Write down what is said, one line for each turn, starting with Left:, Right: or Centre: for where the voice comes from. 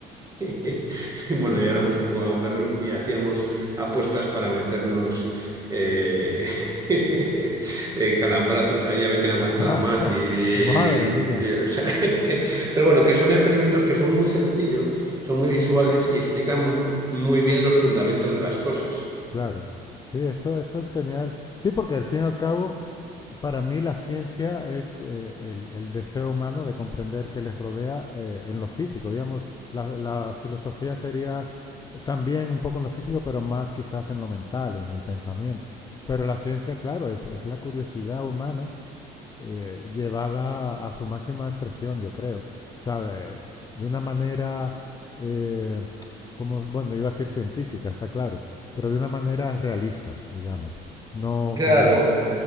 Right: <laughs> y bueno, ya éramos un poco gamberros y hacíamos apuestas para meternos eh, <laughs> eh, calambrazos ahí a ver quién aguantaba
Left: <laughs>
Right: más. Y, y-
Left: Madre mía,
Right: y- o sea, <laughs> pero bueno, que son experimentos que son muy sencillos, son muy visuales y explican muy bien los fundamentos de las cosas.
Left: claro. Sí, eso, eso es genial. Sí, porque al fin y al cabo, para mí la ciencia es eh, el, el deseo humano de comprender qué les rodea eh, en lo físico. Digamos, la, la filosofía sería también un poco en lo físico, pero más quizás en lo mental, en el pensamiento. Pero la ciencia, claro, es, es la curiosidad humana eh, llevada a, a, su máxima expresión, yo creo. O sea, de, de una manera, eh, como, bueno, iba a decir científica, está claro, pero de una manera realista, digamos. No
Right: Claro.
Left: con...